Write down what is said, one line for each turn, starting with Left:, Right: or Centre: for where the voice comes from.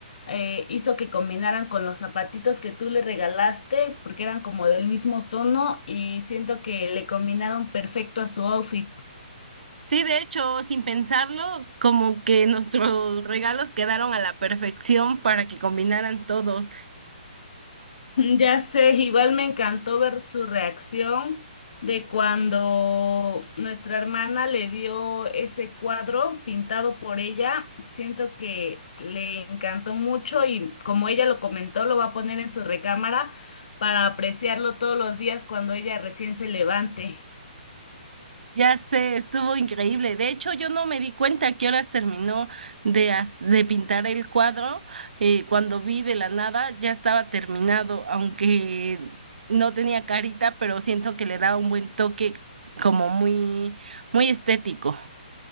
Left: eh, hizo que combinaran con los zapatitos que tú le regalaste, porque eran como del mismo tono y siento que le combinaron perfecto a su outfit.
Right: Sí, de hecho, sin pensarlo, como que nuestros regalos quedaron a la perfección para que combinaran todos.
Left: <laughs> Ya sé, igual me encantó ver su reacción de cuando nuestra hermana le dio ese cuadro pintado por ella. Siento que le encantó mucho y como ella lo comentó, lo va a poner en su recámara para apreciarlo todos los días cuando ella recién se levante.
Right: Ya sé, estuvo increíble. De hecho, yo no me di cuenta a qué horas terminó de, haz- de pintar el cuadro. eh, cuando vi de la nada, ya estaba terminado, aunque no tenía carita, pero siento que le da un buen toque como muy, muy estético.